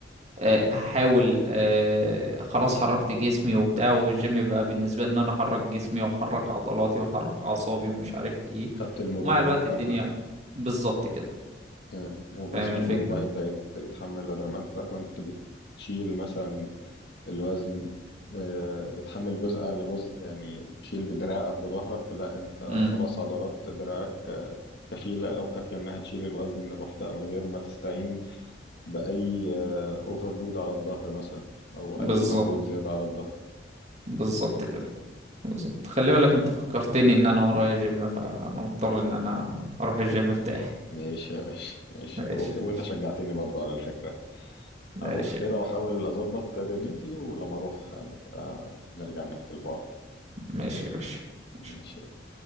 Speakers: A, on the right; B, on the left.
A: آه، هحاول آه، خلاص حركت جسمي وبتاع والجيم بقى بالنسبة لي ان انا احرك جسمي واحرك عضلاتي واحرك اعصابي ومش عارف ايه
B: خدت المرونة
A: ومع الوقت الدنيا
B: كاملة
A: بالظبط كده
B: آه، وجسمك
A: فاهم الفكرة
B: برضه هيبدأ يت- يتحمل بدل ما انت كنت بتشيل مثلا الوزن آه، بتحمل جزء على جزء يعني بتشيل بدراعك وظهرك لا انت
A: امم
B: خلاص عضلات دراعك آه، كفيلة او كافية انها تشيل الوزن لوحدها من غير ما تستعين بأي اوفرلود على الظهر مثلا أو
A: بالظبط
B: أي مجهود زيادة على الظهر
A: بالظبط كده بالظبط خلي بالك انت فكرتني ان انا ورايا جيم فانا مضطر ان انا اروح
B: آه،
A: الجيم بتاعي
B: ماشي يا باشا ماشي
A: ماشي
B: و-
A: يا
B: وأنت
A: باشا
B: شجعتني برضه على الفكرة
A: ماشي
B: هروح
A: يا
B: كده
A: باشا
B: وأحاول أظبط دنيتي ولما أروح نبقى نرجع نحكي لبعض
A: ماشي يا باشا ماشي.
B: ماشي